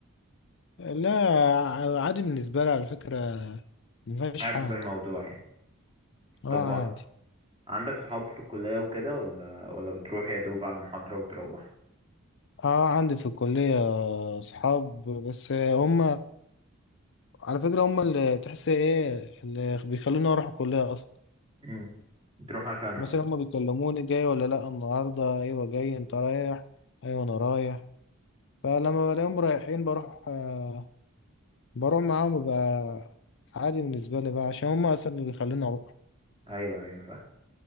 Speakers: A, on the left; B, on the right.
A: لا ع- عادي بالنسبه لي على فكره مفيهاش
B: حابب
A: حاجه
B: الموضوع يعني
A: اه
B: طب و-
A: عادي
B: عندك صحاب في الكلية وكده ولا ولا بتروح يا دوب على المحاضرة وتروح
A: اه عندي في الكلية اصحاب بس هم على فكرة هم اللي تحس ايه اللي بيخلوني اروح الكلية اصلا
B: امم بتروح عشانهم
A: مثلا هم بيكلموني جاي ولا لا النهاردة ايوه جاي انت رايح ايوه انا رايح فلما بلاقيهم رايحين بروح آه بروح معاهم بقى عادي بالنسبة لي بقى عشان هم اصلا اللي بيخلوني اروح
B: ايوه ايوه فاهم